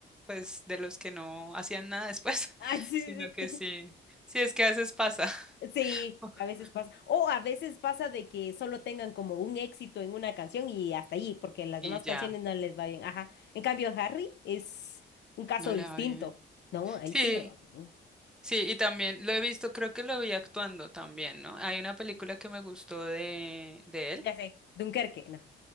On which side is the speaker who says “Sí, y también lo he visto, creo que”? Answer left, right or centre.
Centre